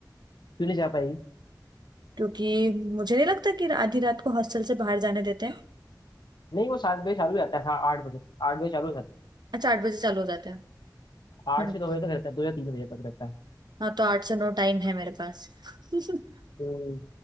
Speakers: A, on the left; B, on the right.
A: तू नहीं जा पाएगी
B: क्योंकि मुझे नहीं लगता कि आधी रात को हॉस्टल से बाहर जाने देते हैं
A: नहीं वो सात बजे चालू हो जाता है हाँ आठ बजे तक आठ बजे चालू हो जाता
B: अच्छा आठ बजे चालू हो जाते हैं
A: है आठ
B: हम्म,
A: से दो बजे तक रहता है दो या तीन बजे तक रहता है
B: हाँ तो आठ से नौ टाइम है मेरे पास <laughs>
A: हम्म।